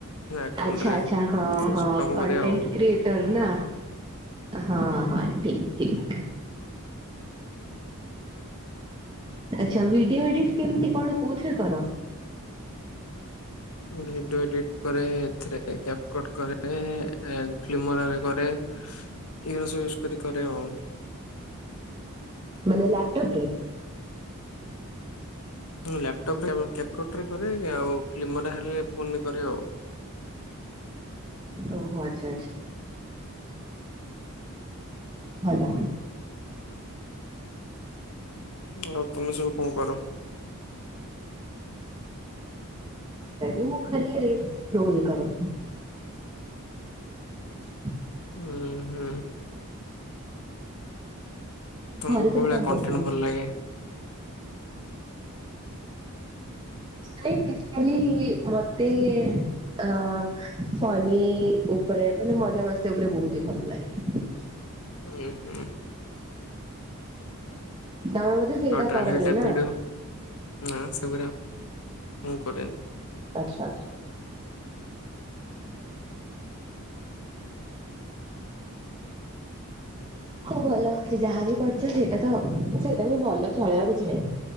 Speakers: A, on the left; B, on the right.
A: ଆକାଉଣ୍ଟରେ।
B: ଆଛା ଆଛା ହଁ
A: ସେ
B: ହଁ
A: ସବୁ କାମ
B: କଣ୍ଟେଣ୍ଟ
A: କରେ ଆଉ
B: କ୍ରିଏଟର ନା। ହଁ ହଁ ଠିକ ଠିକ। ଆଛା ଭିଡିଓ ଏଡିଟ କେମିତି କଣ କୋଉଥିରେ କର?
A: ଭିଡିଓ ଏଡିଟି କରେ ଏଥିରେ କ୍ୟାପକଟ କରେ ଫିଲ୍ମରେ କରେ। ଏଗୁରା ସବୁ କରି କରେ ଆଉ।
B: ମାନେ ଲାପଟପ୍ ରେ?
A: ଲାପଟପ ରେ କ୍ୟାପକଟରେ କରେ ଆଉ କ୍ଲିମର ହେଲେ ଫୋନ କରେ ଆଉ।
B: ଓହୋ ଆଚ୍ଛା ଆଚଛା। ଫାଇଦା।
A: ଆଉ ତମେ ସବୁ କଣ କର?
B: ଏ ମୁଁ ଖାଲି ରିଲ୍ସ୍ରୋ କରରେ। ହ
A: ହୁଁ ହୁଁ। ତମକୁ
B: ଘରେ ସବୁ
A: କୋଉଳିଆ
B: କଣ କରୁଛନ୍ତି?
A: କଣ୍ଟେନୁ ଭଲ ଲାଗେ?
B: ଟାଇମି ବେସି ଖାଲି ମତେ ହିଁ ଫନି ଉପରେ ମାନେ ମଜା ମସ୍ତି ଉପରେ ବହୁତିହି ଭଲ ଲାଗେ। ହୁଁ
A: ହୁଁ ହୁଁ।
B: ତମେ ବୋଧେ ସେଇଟା
A: ଆଉ ଟ୍ରାଭେଲ
B: କରନି
A: ଟି
B: ନା?
A: ଭିଡ଼ ନା ସେଗୁରା ମୁ କରେନି।
B: ଆଚ୍ଛା ଆଚ୍ଛା। ହଉ ଭଲ ସେ ଯାହାବି କରିଛ ସେଇଟା ତ ସେଇଟା ବି ଭଲ ଚଳେଇବା କିଛି ନାହିଁ।